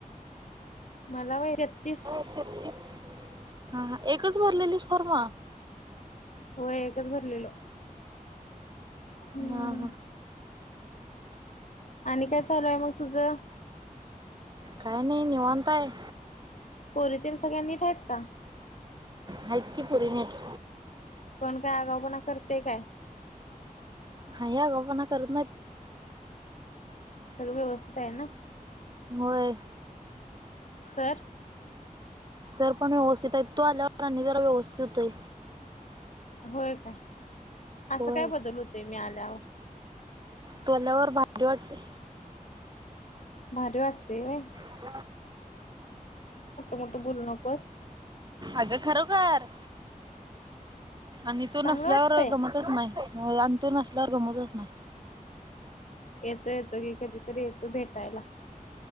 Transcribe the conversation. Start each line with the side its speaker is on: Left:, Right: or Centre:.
Left: मला व्हंय तेत्तीस.
Right: हा हा. एकच भरलेलीस फॉर्म?
Left: होय एकच भरलेलो. हम्म
Right: हा हा.
Left: आणि काय चालूये मग तुझं?
Right: काय नाही निवांताय.
Left: पोरीतेण सगळ्यां नीठ हायेत का?
Right: हाईत की पोरी निट.
Left: कोण काय आगाऊपणा करतंय काय?
Right: काही आगाऊपणा करत नाही.
Left: सगळं व्यवस्थित हाय ना?
Right: होय.
Left: सर.
Right: सर पण व्यवस्थित आहित. तू आल्यावर आणि जरा व्यवस्थित होतोय.
Left: होय काय? असं
Right: होय
Left: काय बदल होतेय मी आल्यावर?
Right: तू आल्यावर भारी वाटतंय.
Left: भारी वाटतंय होय.
Right: <inaudible>
Left: मोठं बोलू नकोस
Right: अग खरं बर, आणि तू
Left: चांगलं
Right: नसल्यावर
Left: वाटतंय
Right: गंमतचं नाही. होय आण तू नसल्यावर गंमतचं नाय.
Left: येतो येतो की, धीतरी येतो भेटायला.